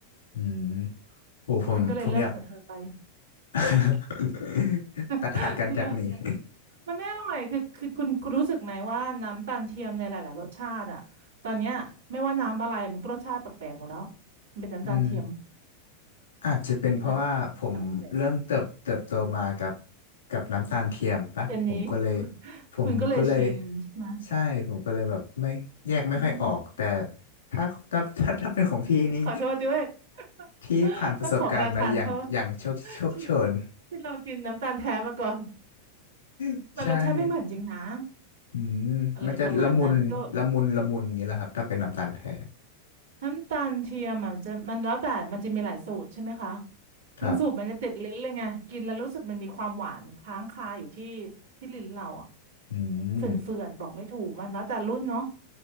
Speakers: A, on the left; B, on the right.
A: อืมโอ้ผมผมอยาก
B: ฉันก็เลยเลิกกับเธอไป
A: <laughs> ตัดขาดกันจากนี้
B: <laughs> เลิกกัน
A: <laughs>
B: มันไม่อร่อยคือคือคุณคุณรู้สึกไหมว่าน้ำตาลเทียมในหลายๆรสชาติอ่ะตอนเนี้ยไม่ว่าน้ำอะไรมันก็รสชาติแปลกๆหมดแล้วมันเป็นน้ำตาลเทียม
A: อืม อาจจะเป็นเพราะว่าผมเริ่มเติบเติบโตมากับ
B: กินแล้วแปลก
A: กับน้ำตาลเทียมปะผมก็เลย
B: เดื๋ยนี้คุณ
A: ผมก็เลย
B: คุณก็เลยชินใช่ไหม
A: ใช่ผมก็เลยแบบไม่แยกไม่ค่อยออกแต่
B: อืม
A: ถ้าถ้าถ้าถ้าเป็นของพี่นี่
B: ขอโทษด้วย
A: ที่ผ่านประสบการณ์มาอย่างอย่างโชคโชคโชน
B: <laughs> ต้องขอประทานโทษที่ที่เรากินน้ำตาลแท้มาก่อน
A: <laughs>
B: มันรสชาติไม่เหมือนจริงนะ
A: ใช่อืมมันจะละมุนละมุนละมุนอย่างนี้แหละครับถ้าเป็นน้ำตาลแท้
B: อะไรประมาณนั้นก็น้ำตาลเทียมอ่ะจะมันแล้วแต่มันจะมีหลายสูตรใช่ไหมคะ
A: ครับ
B: บางสูตรมันจะติดลิ้นเลยไงกินแล้วรู้สึกมันมีความหวานค้างคาอยู่ที่ที่ลิ้นเราอ่ะ
A: อื
B: เฝื่อนๆบอกไม่ถูกมันแล้วแต่รุ่นเนาะ
A: ม